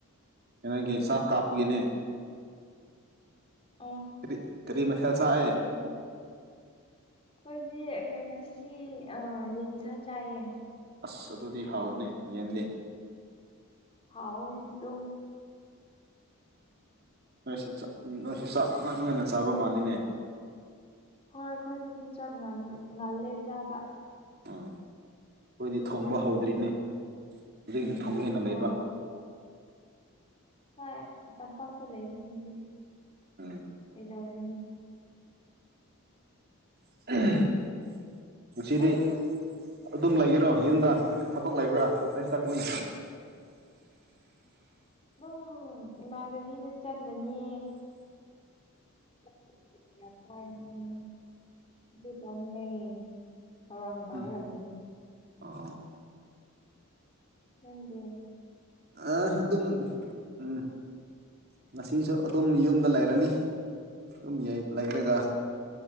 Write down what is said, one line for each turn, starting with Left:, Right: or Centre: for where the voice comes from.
Right: ꯀꯩꯅꯣꯒꯤ ꯆꯥꯛ ꯀꯥꯞꯄꯒꯤꯅꯦ
Left: ꯑ
Right: ꯀꯔꯤ ꯀꯔꯤ ꯃꯊꯦꯜꯁꯑ
Left: ꯑꯩꯗꯤ ꯑꯩꯣꯏꯗꯤ ꯀꯩꯅꯣꯁꯤ ꯌꯦꯟꯁꯥ ꯆꯥꯏꯌꯦ
Right: ꯑꯁ ꯑꯗꯨꯗꯤ ꯍꯥꯎꯏꯅꯦ ꯌꯦꯟꯗꯦ
Left: ꯍꯥꯎ ꯑꯗꯨꯝ
Right: ꯅꯣꯏꯁꯨꯥꯛ ꯅꯣꯏꯁꯤ ꯆꯥꯛ ꯉꯟ ꯉꯟꯅ ꯆꯥꯕ ꯃꯥꯜꯂꯤꯅꯦ
Left: ꯍꯣꯏ ꯑꯩꯈꯣꯏꯗꯗꯤ ꯆ ꯉꯜꯂꯦ ꯆꯥꯕ
Right: ꯎꯝ ꯑꯩꯈꯣꯏꯗꯤ ꯊꯣꯡꯕ
Left: ꯑꯗꯒꯤ
Right: ꯍꯧꯗ꯭ꯔꯤꯅꯦ ꯍꯧꯩꯅ ꯊꯣꯡ ꯍꯦꯟꯅ ꯂꯩꯕ
Left: ꯑꯣ ꯍꯣꯏ ꯇꯝꯄꯥꯛꯇ ꯂꯩꯕꯁꯤꯡꯗꯤ
Right: ꯑ
Left: ꯇꯧꯔꯤꯅꯤ
Right: ꯉꯅꯨꯡꯆꯗꯤ
Left: ꯑꯗꯨ
Right: ꯑꯗꯨꯝ ꯂꯩꯒꯔꯣ ꯌꯨꯝꯗ ꯊꯕꯛ ꯂꯩꯕ꯭ꯔꯥ ꯑꯗꯩ ꯁꯛꯀꯅꯤ
Left: ꯑꯗꯨꯝ ꯏꯃꯥꯟꯅꯕꯤꯗ ꯆꯠꯂꯅꯤ <inaudible> ꯍꯧꯪ ꯇꯋꯥꯔꯒꯜꯂꯤ
Right: ꯎꯝ ꯑꯣ
Left: ꯅꯪꯗꯤꯦ
Right: ꯑ ꯑꯗꯨꯝ ꯎꯝ ꯉꯁꯤꯁꯨ ꯑꯗꯨꯝ ꯌꯨꯝꯗ ꯂꯩꯔꯅꯤ ꯑꯗꯨꯝ ꯂꯩꯔꯒ